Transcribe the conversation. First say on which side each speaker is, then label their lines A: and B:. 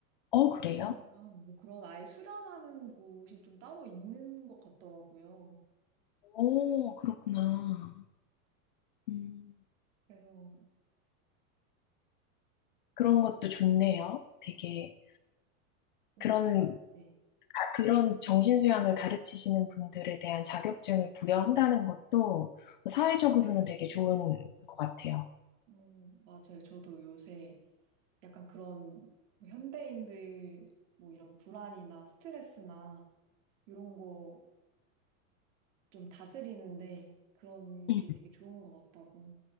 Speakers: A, on the left (about 35°); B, on the right (about 55°).
A: 어,
B: 뭐
A: 그래요?
B: 이런 거랑 뭐 그런 아예 수련하는 곳이 좀 따로 있는 것 같더라고요.
A: 오, 그렇구나. 음,
B: 그래서,
A: 그런 것도 좋네요. 되게
B: 어,
A: 그런
B: 네.
A: 그런 정신수양을 가르치시는 분들에 대한 자격증을 부여한다는 것도 사회적으로는 되게 좋은 것 같아요.
B: 어, 맞아요. 저도 요새 약간 그런 뭐 현대인들 뭐 이런 불안이나 스트레스나 이런 거 좀 다스리는데 그런
A: 음,
B: 게 되게 좋은 것 같다고